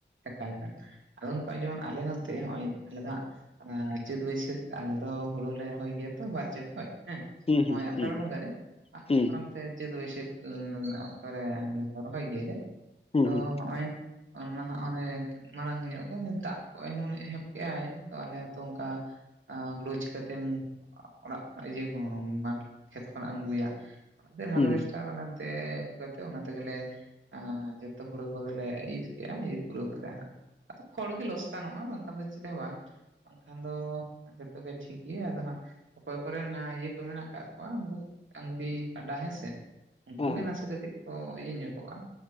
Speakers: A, on the right; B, on the left.
A: ᱮᱠᱟᱞ ᱮᱠᱟᱞ ᱟᱫᱚ ᱚᱱᱠᱟ ᱡᱮᱢᱚᱱ ᱟᱞᱮ ᱱᱚᱱᱛᱮ ᱱᱚᱜᱼᱚᱭ ᱟᱞᱮ ᱫᱚ ᱦᱟᱸᱜ ᱚᱱᱟ ᱪᱟᱹᱛ ᱵᱟᱹᱭᱥᱟᱹᱠᱷ ᱟᱞᱮ ᱫᱚ ᱦᱩᱲᱩ ᱞᱮ ᱨᱚᱦᱚᱭ ᱜᱮᱭᱟ ᱛᱚ ᱵᱟᱨ ᱡᱚᱠᱷᱚᱡ ᱦᱮᱸ
B: ᱦᱚᱸ
A: ᱱᱚᱜᱼᱚᱭ
B: ᱦᱩᱸ
A: ᱟᱥᱟᱲ
B: ᱦᱩᱸ
A: ᱵᱚᱸᱜᱟ ᱨᱮ
B: ᱦᱩᱸ
A: ᱟᱨ ᱚᱱᱛᱮ ᱪᱟᱹᱛ ᱵᱟᱹᱭᱥᱟᱹᱠᱷ ᱚᱠᱛᱚ ᱨᱮ ᱨᱚᱦᱚᱭ ᱜᱮᱭᱟ ᱞᱮ ᱛᱚ
B: ᱦᱩᱸ
A: ᱦᱚᱜᱼᱚᱭ <unintelligible> ᱚᱱᱮ ᱢᱟᱲᱟᱝ ᱧᱚᱜ ᱜᱮ ᱫᱟᱜ ᱠᱚ ᱮᱢᱚᱱᱮ ᱮᱦᱚᱵ ᱠᱮᱜᱼᱟᱭ ᱛᱚ ᱟᱞᱮ ᱦᱚᱸᱛᱚ ᱚᱱᱠᱟ ᱦᱩᱲᱩ ᱪᱤᱠᱟᱹ ᱛᱮᱢ ᱚᱲᱟᱜ ᱠᱷᱚᱱᱟᱜ ᱤᱭᱟᱹ ᱢᱟᱴᱷ ᱠᱷᱮᱛ ᱠᱷᱚᱱᱟᱜ ᱮᱢ ᱟᱹᱜᱩᱭᱟ, ᱚᱱᱟ ᱛᱮ ᱦᱟᱨᱵᱮᱥᱴᱟᱨ
B: ᱦᱩᱸ
A: ᱟᱞᱮ ᱚᱱᱛᱮ ᱟᱹᱜᱩ ᱠᱟᱛᱮᱜ ᱚᱱᱟ ᱛᱮᱜᱮ ᱞᱮ ᱮᱸ ᱡᱚᱛᱚ ᱦᱩᱲᱩ ᱠᱚᱫᱚᱞᱮ ᱤᱨ ᱠᱮᱜᱼᱟ ᱤᱨ ᱯᱩᱨᱟᱹᱣ ᱠᱟᱛᱮᱜ ᱦᱟᱸᱜ ᱟᱫᱚ ᱠᱷᱚᱲ ᱜᱮ ᱞᱚᱥᱠᱟᱱᱚᱜᱼᱟ ᱵᱟᱝ ᱠᱷᱟᱱ ᱫᱚ ᱪᱮᱫ ᱦᱚᱸ ᱵᱟᱝ ᱵᱟᱝ ᱠᱷᱟᱱ ᱫᱚ ᱡᱚᱛᱚ ᱜᱮ ᱴᱷᱤᱠ ᱜᱮᱭᱟ ᱟᱫᱚ ᱦᱟᱸᱜ ᱚᱠᱚᱭ ᱠᱚ ᱨᱮᱱ ᱤᱭᱟᱹ ᱠᱚ ᱢᱮᱱᱟᱜ ᱟᱠᱟᱜ ᱠᱚᱣᱟ ᱩᱱᱠᱩ ᱰᱟᱹᱝᱨᱤ ᱠᱟᱰᱟ ᱦᱮᱸ ᱥᱮ, ᱩᱱᱠᱩ
B: ᱦᱩᱸ ᱦᱩᱸ
A: ᱜᱮ ᱱᱟᱥᱮ ᱠᱟᱹᱴᱤᱡ ᱠᱚ ᱤᱭᱟᱹ ᱧᱚᱜᱚᱜᱼᱟ